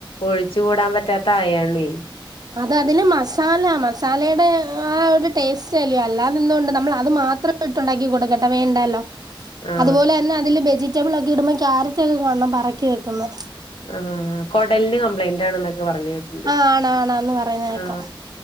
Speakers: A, on the left; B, on the right.
A: ഒഴിച്ചുകൂടാൻ പറ്റാത്ത ആയാണെ
B: അത് അതിന് മസാല മസാലയുടെ ആ ഒരു ടേസ്റ്റ് അല്ലയോ അല്ലാതെന്തുകൊണ്ട് നമ്മൾ അത് മാത്രം ഇട്ടുണ്ടാക്കി കൊടുക്കട്ടെ വേണ്ടല്ലോ
A: ആ
B: അതുപോലെന്നെ അതില് വെജിറ്റബിൾ ഒ ക്കിടുമ്പോ ക്യാരറ്റ് ഒക്കെ കാണണം പറക്കി വെക്കുന്നത്
A: ആ കൊടലിന് കംപ്ലൈന്റ് ആണെന്നൊക്കെ പറഞ്ഞു കേട്ട്ണ്ട്
B: ആ ആണാണാന്ന് പറയുന്ന കേക്കാം
A: ആ